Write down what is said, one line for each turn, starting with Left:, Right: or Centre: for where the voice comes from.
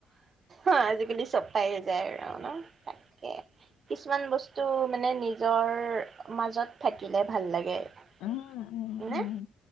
Right: অ আজিকালি চপাইয়ে যায় আৰু ন তাকে কিছুমান বস্তু মানে নিজ অ নিজৰ মাজত থাকিলে ভাল লাগে ন
Left: উম, উম,
Right: মানে
Left: উম,